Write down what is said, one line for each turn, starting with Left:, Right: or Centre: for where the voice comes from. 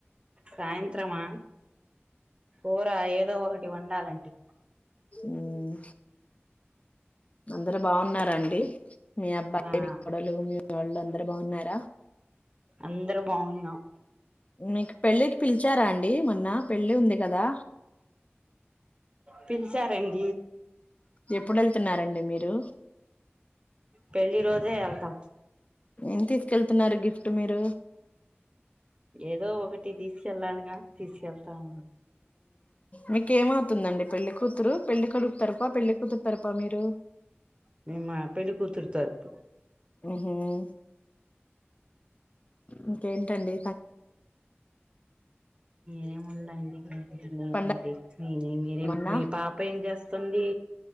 Right: సాయంత్రమా కూర ఏదో ఒకటి వండాలండి
Left: ఉమ్ అందరు బాగున్నారండి మీ అబ్బాయి
Right: ఆ
Left: మీ కోడలు మీ వాళ్ళుందరు బాగున్నారా
Right: అందరు బాగున్నాం
Left: మీకు పెళ్ళికి పిలిచారా అండి మొన్న పెళ్ళి ఉంది కదా
Right: పిలిచారండి
Left: ఎప్పుడు వెళ్తున్నారండి మీరు
Right: పెళ్లి రోజే వెళ్తాం
Left: ఏం తీసుకెళ్తున్నారు గిఫ్ట్ మీరు
Right: ఏదో ఒకటి తీసుకెళ్లాలిగా తీసుకెళ్తాము
Left: మీకఏమవుతుందండి పెళ్లి కూతురు పెళ్లి కొడుకు తరుప పెళ్లి కూతురు తరుప మీరు
Right: మేమ పెళ్ళి పెళ్లికూతురి తరపు
Left: ఉహు ఇంకేంటండి
Right: ఏముంద దండి
Left: పండగ
Right: మీరేం
Left: మొన్న
Right: మీ పాప ఏం చేస్తుంది